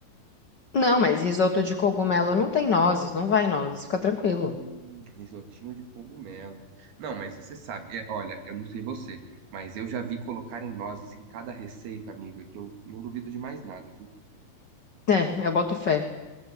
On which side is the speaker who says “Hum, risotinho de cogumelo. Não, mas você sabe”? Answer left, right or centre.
Right